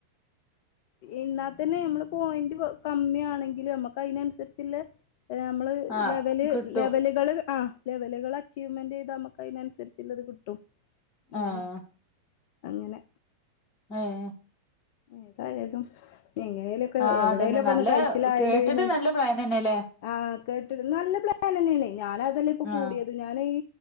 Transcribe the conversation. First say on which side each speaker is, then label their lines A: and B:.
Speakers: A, on the left; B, on the left.
A: ഇന്നാതന്നെ നമ്മളെ പോയിന്റ് കമ്മിയാണെങ്കിലും അമ്മക്ക് ഐനൻസരിച്ച്ല്ലേ ഏഹ് അമ്മള്
B: ആഹ്
A: ലെവല്
B: കിട്ടും
A: ലെവല് കള് ആഹ് ലെവല്കള് അച്ചീവ്മെൻ്റ് ചെയ്ത ഞമ്മക്കയ്നൻസരിച്ച്ല്ലത് കിട്ടും ഉം
B: ആഹ്
A: അങ്ങനെ
B: അതെ
A: ഏതായാലും എങ്ങനെലൊക്കെ
B: ആഹ്
A: എവിടെലൊക്കൊന്ന്
B: അതന്നെ നല്ല
A: കയിച്ചിലായാല്ന്ന്
B: കേട്ടിട്ട് നല്ല പ്ലാനെന്നെല്ലേ
A: ആഹ് കേട്ട്ണ് നല്ലപ്ലാനെന്നെണേയ് ഞാനഅതെല്ലെപ്പൊ കൂടിയത്
B: ആഹ്
A: ഞാന് ഈ